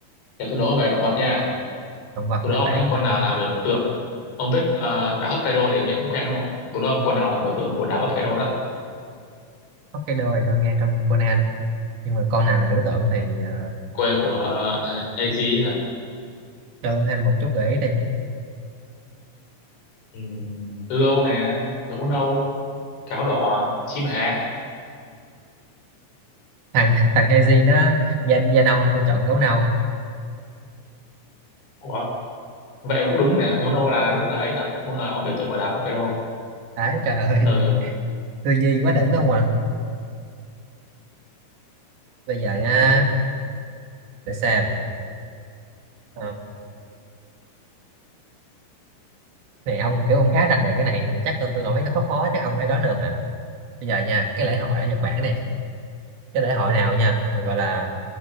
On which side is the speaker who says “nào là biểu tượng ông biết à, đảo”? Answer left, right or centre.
Left